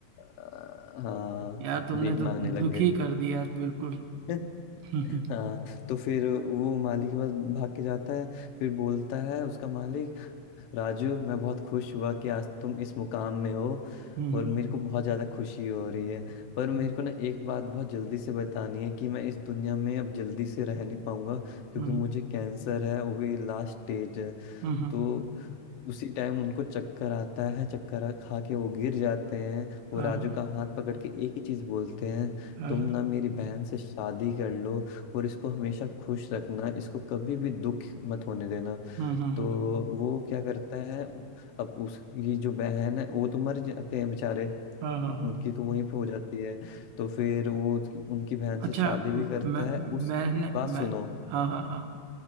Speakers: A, on the left; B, on the right.
A: अ, हाँ
B: यार तुमने
A: भीख
B: तो
A: मांगने लग
B: दुखी
A: गए थे
B: कर दिया तो बिल्कुल
A: <laughs>
B: <laughs> हम्म
A: हाँ तो फिर वो माली के पास भाग के जाता है फिर बोलता है उसका मालिक राजू मैं बहुत खुश हुआ कि आज तुम इस मुकाम में हो
B: हम्म
A: और मेरे को बहुत ज़्यादा खुशी हो रही है पर मेरे
B: हम्म
A: को ना एक बात बहुत जल्दी से बतानी है कि मैं इस दुनिया में अब जल्दी से रह नहीं पाऊंगा क्योंकि
B: हम्म
A: मुझे कैंसर है वो भी लास्ट स्टेज है
B: हम्म
A: तो उसी टाइम उनको चक्कर आता है चक्कर आ- खा के वो गिर जाते हैं वो
B: हाँ
A: राजू
B: हाँ
A: का हाथ पकड़ के एक ही चीज बोलते हैं
B: हाँ
A: तुम
B: हाँ हाँ
A: ना मेरी बहन से शादी कर लो और इसको हमेशा खुश रखना इसको कभी भी दुख मत होने देना
B: हम्म, हम्म,
A: तो
B: हम्म,
A: वो क्या करता है अब उसकी जो बहन है वो तो मर जाते हैं बेचारे
B: हाँ हाँ
A: उन-
B: हाँ
A: उनकी तो वहीं पे हो जाती है तो फिर वो उसकी- उनकी बहन से
B: अच्छा
A: शादी
B: म-
A: भी करता
B: मैं
A: है उसके
B: मैंने
A: बाद सुनो
B: मैं हाँ हाँ हाँ